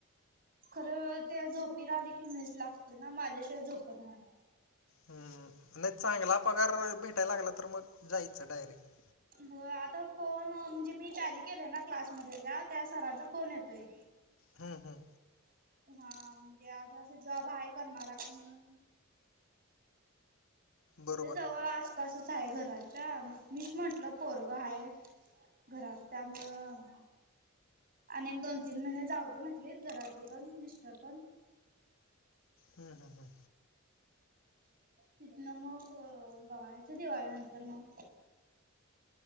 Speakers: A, on the right; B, on the left.
A: खरं ते झोपी राहिले की मीच लागते ना माझ्याशिवाय झोपत नाही.
B: हम् नाही चांगला पगार भेटायला लागला तर मग जायचं डायरेक्ट
A: हो आता फोन म्हणजे मी टॅली केलेय ना क्लासमध्ये ज्या त्या सरांचा फोन येतोय.
B: हम्म हम्.
A: हा म्हणजे असं असं जॉब आहे करणारा का म्हणून
B: बरोबर
A: इथे जवळ आसपासच आहे घराच्या मग मीच म्हंटलं पोरग आहे. घरात त्यामुळं. अ एक दोन तीन महिने जाऊ दे म्हटलीत घरातली पण मिस्टर पण
B: हम् हम हम्.
A: तिथ ना मग बवाळच्या दिवाळी नंतर मग